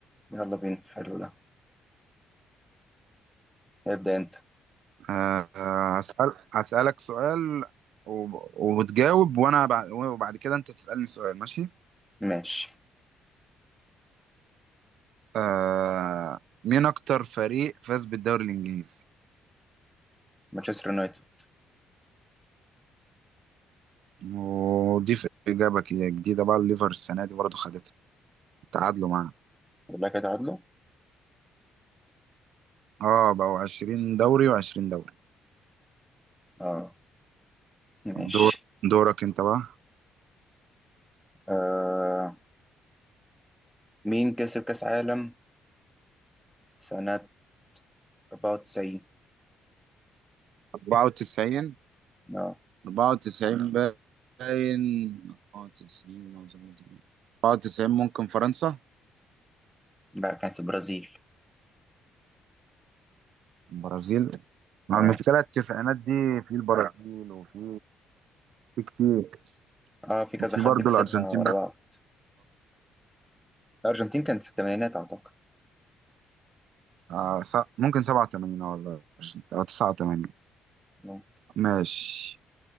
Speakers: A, in the centre; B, on the right.
A: يلا بينا حلو ده ابدأ انت
B: آه آه، هسأل هسألك سؤال و- وتجاوب وأنا بع- وبعد كده أنت تسألني سؤال ماشي؟
A: ماشي
B: آه مين أكتر فريق فاز بالدوري الإنجليزي؟
A: مانشستر يونايتد
B: ودي في إجابة كده جديدة بقى الليفر السنة دي برضه خدتها تعادلوا معاه
A: اقول لك هتعادله؟
B: اه بقوا 20 دوري و20 دوري
A: اه ماشي
B: دور دورك أنت بقى
A: آه. مين كسب كأس عالم سنة 94
B: 94
A: اه
B: 94 باين 94 أو 97 94 ممكن فرنسا
A: لا كانت البرازيل
B: البرازيل مع
A: اه
B: المشكلة التسعينات دي في البرازيل وفي في كتير
A: اه في كذا
B: وفي
A: حد
B: برضه
A: كسبها
B: الأرجنتين
A: ورا
B: بقى
A: بعض الأرجنتين كانت في الثمانينات أعتقد
B: آه س- ممكن 87 ولا 20 أو 89
A: آه.
B: ماشي